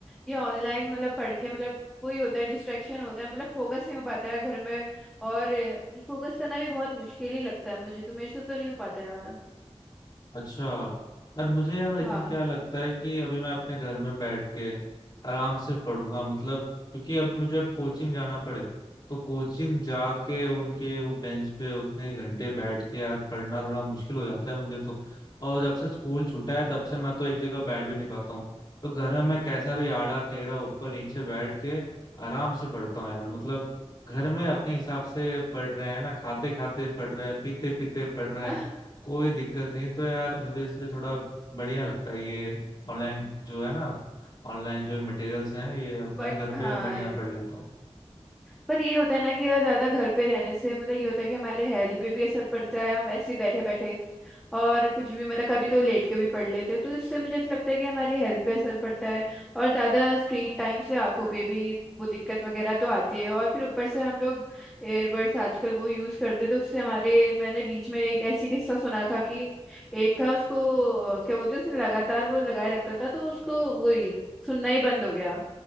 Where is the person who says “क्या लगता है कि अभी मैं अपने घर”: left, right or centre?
Left